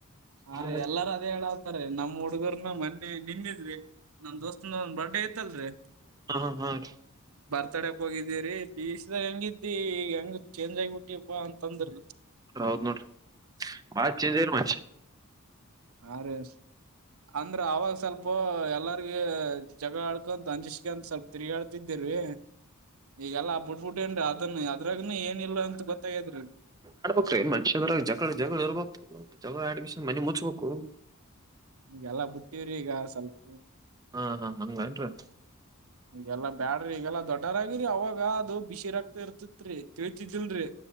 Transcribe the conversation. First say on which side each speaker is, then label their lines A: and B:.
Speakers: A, on the right; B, on the right.
A: ಹಾ
B: ಹ
A: ರೀ ಎಲ್ಲಾರ ಅದೇ ಹೇಳತಾರ ನಮ್ ಹುಡುಗರ್ನ ಮೊನ್ನೆ ನಿನ್ನೀದ್ರು ರೀ. ನಮ್ ದೋಸ್ತನ ಒಂದ ಬರ್ಡೇ ಇತ್ತಲ್ರಿ.
B: ಹಾ ಹಾ ಹಾ ರೀ.
A: ಮಾತಡಕ್ ಹೋಗಿದ್ದೀರಿ ಪಿಯುಸ್ದಾಗ ಹೆಂಗಿದ್ದಿ ಈಗ ಹೆಂಗ ಚೇಂಜ್ ಆಗ ಬಿಟ್ಟಿಪ್ಪಾ ಅಂತ ಅಂದ್ರ ರೀ.
B: ಹೌದ್ ನೋಡ್ರಿ ಬಾಳ್ ಚೇಂಜ್.
A: ಹ ರೀ ಅಂದ್ರ ಅವಾಗ ಸ್ವಲ್ಪ. ಪ ಎಲ್ಲಾರ್ಗ ಜಗ ಆಳ್ಕೊಂತ ಅಂಜಿಸಿಕ ಅಂತ ಸ್ವಲ್ಪ ತಿರುಗಾಳ್ತಿದ್ದಿರಿ. ಈಗೆಲ್ಲಾ ಬಿಡ್ಬುಟ್ಟಿನ್ ಅದ ಅದ್ರಾಗನು ಏನ್ ಇಲ್ ಅಂತ ಗೊತ್ತಾಗಿದ್ರಿ.
B: ಆಡ್ಬಕ್ರೀ ಮನುಷ್ಯ ಜಗಳ ಜಗಳ ಇರ್ಬೇಕು ಜಗಳ ಆ ಮನಿ ಮುಚ್ಬೇಕು.
A: ಈಗೆಲ್ಲಾ ಬಿಟ್ಟವ್ರಿ ಈಗ ಸ್ವಲ್ಪ.
B: ಹಾ ಹಾ ಹಂಗನ್ರಿ
A: ಈಗೆಲ್ಲಾ ಬ್ಯಾಡ್ರಿ ಇಗೆಲ್ಲ ದೊಡ್ಡ. ದೊಡವ್ರು ಆಗಿವ್ರಿ ಅವಾಗ ಅದು ಬಿಸಿರಾಗ್ತಾ ಇರ್ತಿತ್ರಿ ತಿಳ್ತಿದಿಲ್ರರಿ.